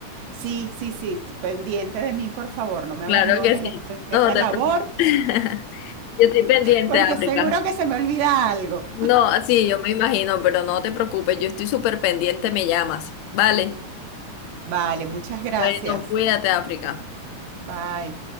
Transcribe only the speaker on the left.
Claro que sí.
No te
preocupes. <laughs> Yo estoy pendiente,
África.
No, sí, yo me imagino, pero no te preocupes, yo estoy súper pendiente, me llamas. Vale.
Bueno, cuídate, África.